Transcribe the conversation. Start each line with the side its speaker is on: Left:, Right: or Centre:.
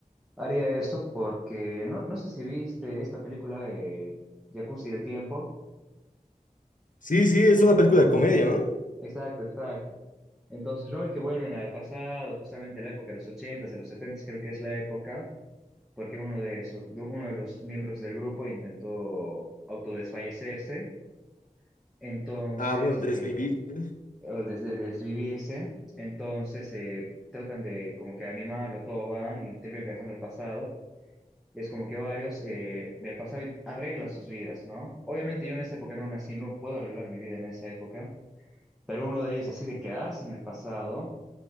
Centre: haría eso porque no, no sé si viste esta película de Jacuzzi del tiempo.
Left: Sí, sí, es una película de comedia, ¿no?
Centre: Exacto, exacto. Entonces, no ve que vuelven al pasado, justamente la época de los ochentas de los setentas creo que es la época, porque uno de, su- de uno de los miembros del grupo intentó autodesfallecerse, entonces,
Left: Ah, bueno, desvivirte.
Centre: eh, o desde desvivirse, entonces eh, tratan de como que animarlo, todo van y terminan viajando al pasado es como que varios eh, del pasado arreglan sus vidas, ¿no? Obviamente yo en esa época no nací, no puedo arreglar mi vida en esa época, pero uno de ellos decide quedarse en el pasado